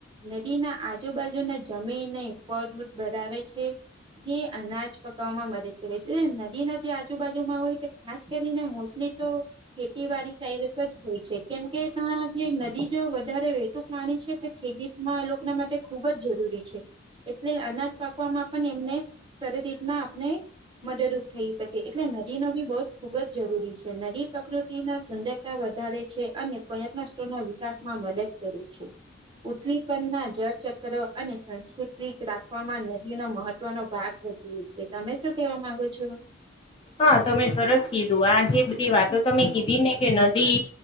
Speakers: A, on the right; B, on the left.
A: નદીના આજુબાજુના જમીનને ફડ બરાવે છે. જે અનાજ પકાવવામાં મદદ કરે છે, નદીના જે આજુબાજુમાં હોય તે ખાસ કરીને મોસમી તો ખેતીવાડી <unintelligible> જ હોય છે, કેમકે ત્યા જે નદી જો વધારે વેહતુ પા પાણી છે, તે ખેદીત એ લોકોના માટે ખુબ જ જરૂરી છે. એટલે અનાજ પાકવામાં પણ એમને સારી રીતના આપને મદદરૂપ થઈ શકે એટલે નદીનો બી બોધ ખુબ જ જરૂરી છે, નદી પ્રકૃતિના સુંદરતા વ વધારે છે, અને પર્યટન સ્થળના વિકાસમાં મદદ કરે છે. પૃથ્વી પરના જળચક્ર અને સંસ્કૃ સ્વીચ રાખવામાં નદીનો મહત્વનો ભાગ ભજવે છે, તમે શું કેવા માંગો છો?
B: હા તમે સરસ કીધું આ જે બધી વાતો તમે કીધી ને કે નદી